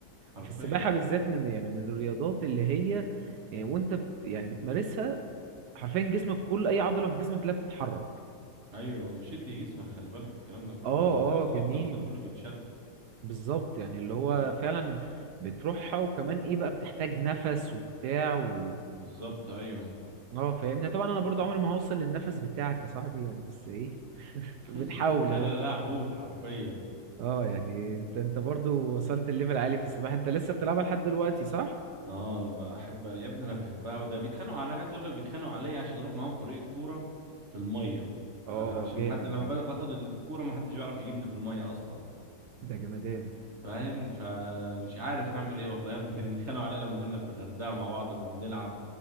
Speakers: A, on the right; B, on the right.
A: حرفيا
B: في السباحة بالذات من يعني من الرياضات اللي هي آه، وانت بت يعني بتمارسها حرفيا جسمك كل اي عضلة في جسمك لا بتتحرك
A: ايوه وشد جسمك خلي بالك الكلام ده كله
B: اه
A: ما انت
B: اه
A: العضل
B: جميل
A: ده كله بيتشد
B: بالظبط يعني اللي هو فعلا بتروحها وكمان ايه بقى بتحتاج نفس وبتاع و...
A: بالظبط ايوه
B: اه فاهمني طبعا انا برضو عمري ما هوصل للنفس بتاعك يا صاحبي يعني بس ايه <laughs>
A: <laughs>
B: بنحاول
A: انا
B: اهو
A: لا حوت حرفيا
B: اه يعني انت انت برضو وصلت الليفل عالي في السباحة انت لسه بتلعبها لحد دلوقتي صح؟
A: اه بحب يا ابني انا بحبها وده بيتخانقوا عليا عايز اقول لك بيتخانقوا عليا عشان اروح معاهم فريق الكوره في الميه فعشان
B: اه جامد
A: ما حد انا
B: ده
A: ب- باخد الكوره ما حدش بيعرف يجيبني في الميه اصلا
B: ده جمدان
A: فاهم فمش عارف هعمل ايه والله يا ابني كانوا بيتخانقوا عليا لما كنا في الغردقه مع بعض وبنلعب